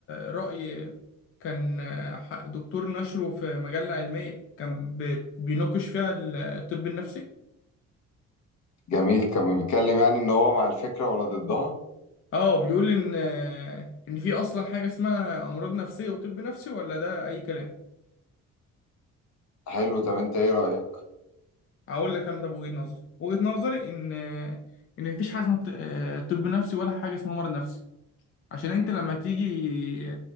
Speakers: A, on the left; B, on the left.
A: رأي كان آه، ح- دكتور نشره في مجلة علمية كان بي- بيناقش فيها ال- الطب النفسي
B: جميل كان بيتكلم يعني ان هو مع الفكره ولا ضدها
A: اه بيقول ان آه، ان في اصلا حاجه اسمها امراض نفسيه وطب نفسي ولا ده اي كلام
B: حلو طب انت ايه رايك
A: اقول لك انا طب وجهة نظري وجهة نظري ان آه، ان مفيش حاجه اسمها ط- آه، طب نفسي ولا حاجه اسمها مرض نفسي عشان انت
B: مم.
A: لما تيجي